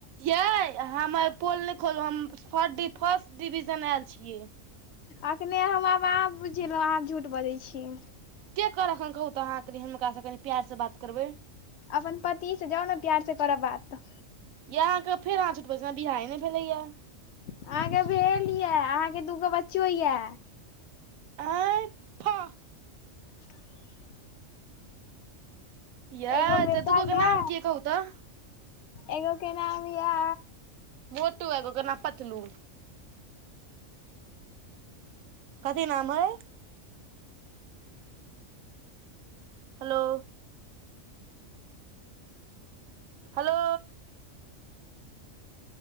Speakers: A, on the right; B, on the left.
A: यै हमर पोल नै खोलू हम फड डी फर्स्ट डिविजन ऐल छियै।
B: अखने हम आब अहाँ बुझ गेलो अहाँ झूठ बजै छीयै।
A: के कहलक अहां कहू तऽ अहाँ कनि हुनका से कनि प्यार से बात करबै।
B: अपन पति से जाउ नै प्यार से करब बात।
A: या अहाँके फेर अहाँ झुठ बजे छीये, हमर बियाहे नै भेलै यै।
B: अहाँके भेल यै, अहाँके दूगो बच्चो यै।
A: आइ फह
B: <inaudible>
A: यै
B: एगो बेटा
A: तऽ दुगो के
B: ये
A: नाम की यै कहू तऽ।
B: एगो के नाम यै
A: मोटू एगो के नाम पतलू। कथी नाम ऐ? Hello. Hello.